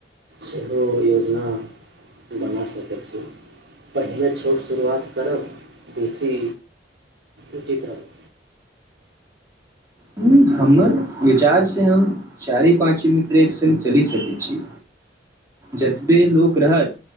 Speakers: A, on the right; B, on the right.
A: सेहो योजना बना सकै छी पहिले छोट शुरुआत करब बेसी उचित रहत
B: ह हमर विचार से हम चारि पाची मित्र एक सङ्ग चलि सकैत छी जतबे लोक रहत